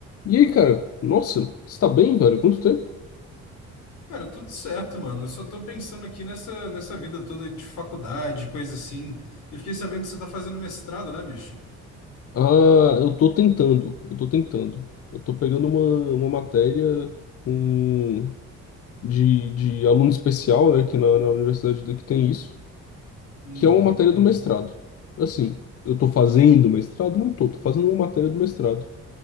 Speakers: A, on the left (about 50°); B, on the left (about 85°).
A: E aí, cara? Nossa, você tá bem, velho? Quanto tempo?
B: Cara, tudo certo, mano. Eu só tô pensando aqui nessa, nessa vida toda de faculdade, coisa assim. Eu fiquei sabendo que você tá fazendo mestrado, né, bicho?
A: Ah, eu tô tentando, eu tô tentando. Eu tô pegando uma, uma matéria um, de, de aluno especial, né, que na, na universidade daqui tem isso,
B: Hum,
A: que é uma matéria
B: entendi.
A: do mestrado. Assim, eu tô fazendo mestrado? Não tô, tô fazendo uma matéria do mestrado.